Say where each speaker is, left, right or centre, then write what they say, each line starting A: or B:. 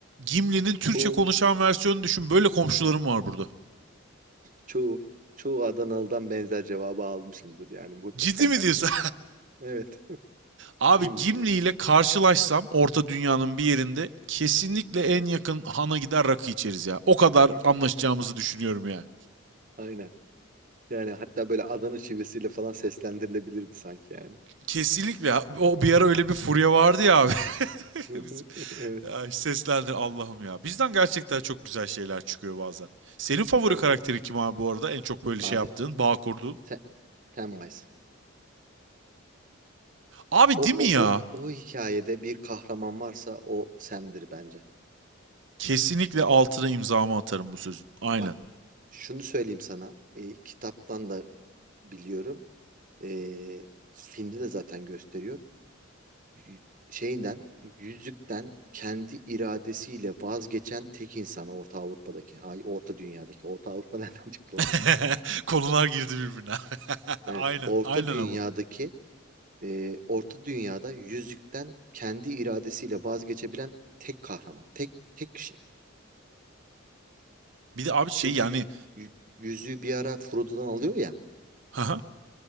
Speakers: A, on the right; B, on the right.
A: Gimli'nin Türkçe
B: Bu
A: konuşan versiyonunu düşün. Böyle komşularım var burada.
B: Çoğu çoğu Adanalı'dan benzer cevabı almışımdır yani muhtemelen.
A: Ciddi mi diyorsun?
B: <laughs> Evet.
A: Abi
B: Gimli
A: Gimli
B: diyor.
A: ile karşılaşsam Orta Dünya'nın bir yerinde kesinlikle en yakın hana gider rakı içeriz ya. O kadar
B: <laughs>
A: anlaşacağımızı düşünüyorum yani.
B: Aynen. Yani hatta böyle Adana şivesiyle falan seslendirilebilirdi sanki yani.
A: Kesinlikle. O bir ara öyle bir furya vardı ya abi. <laughs>
B: <laughs>
A: Biz-
B: Evet,
A: ya seslendi Allah'ım ya. Bizden gerçekten çok güzel şeyler çıkıyor bazen. Senin favori
B: evet.
A: karakteri kim abi bu arada? En çok böyle
B: Abi
A: şey yaptığın, bağ kurduğun.
B: Sam, Samwise.
A: Abi
B: O
A: değil mi
B: o
A: ya?
B: o o hikayede bir kahraman varsa o Sam'dir bence.
A: Kesinlikle altına imzamı atarım bu sözün. Aynen.
B: Bak şunu söyleyeyim sana. E, kitaptan da biliyorum. E, filmde de zaten gösteriyor. y- şeyden, yüzükten kendi iradesiyle vazgeçen tek insan Orta Avrupa'daki, ay Orta Dünya'daki, Orta Avrupa <laughs> nereden çıktı lan?
A: <laughs> Konular girdi birbirine. <laughs>
B: Evet,
A: Aynen,
B: Orta
A: aynen
B: Dünya'daki,
A: ama.
B: e, Orta Dünya'da yüzükten kendi iradesiyle vazgeçebilen tek kahraman, tek tek kişi.
A: Bir de abi şey
B: Çünkü
A: yani,
B: y- y- yüzüğü bir ara Frodo'dan alıyor ya,
A: <laughs> Haha,